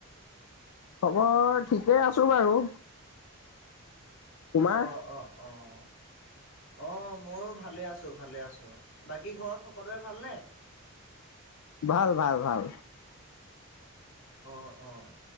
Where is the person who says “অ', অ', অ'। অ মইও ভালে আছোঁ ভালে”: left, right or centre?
Left